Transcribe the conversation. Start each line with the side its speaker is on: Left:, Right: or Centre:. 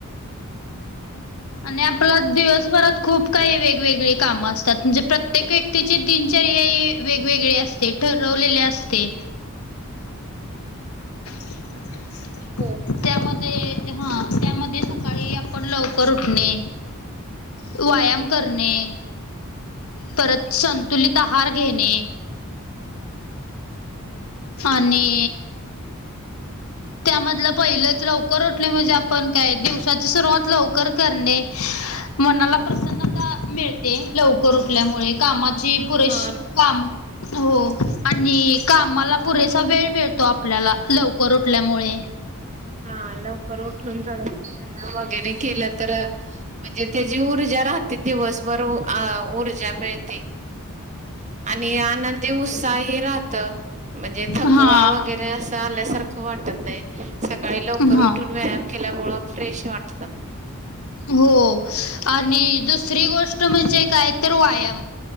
Left: आणि आप दिवसभरात खूप काही वेगवेगळी काम असतात. म्हणजे प्रत्येक व्यक्तीची तीन वेगवेगळे असते. ठरवलेले असते. <inaudible>
Right: हम्.
Left: त्यामध्ये हा त्यामध्ये सकाळी आपण लवकर उठणे व्यायाम करणे. परत संतुलित आहार घेणे. आणि. त्यामधलं पहिलंच लवकर उटले म्हणजे आपण काय दिवसाची सुरुवात लवकर करणे. मनाला प्रसन्नता मिळते लवकर उठल्यामुळे कामाची पुरेशी
Right: हा
Left: काम. हो आणि कामाला पुरेसा वेळ मिळतो आपल्याला लवकर. टल्यामुळे.
Right: हा लवकर उठून जड वगैरे केलं तर. म्हणजे त्याची ऊर्जा राहते दिवसभर ऊर्जा मिळते. आणि आनंदी उत्साही राहत. म्हणजे थकवा
Left: हा
Right: वगैरे असं आल्यासारखं वाटत नाही. सकाळी लवकर
Left: हा
Right: उठून व्यायाम केल्यामुळ फ्रेश वाटत.
Left: हो. आणि दुसरी गोष्ट म्हणजे काय तर व्यायाम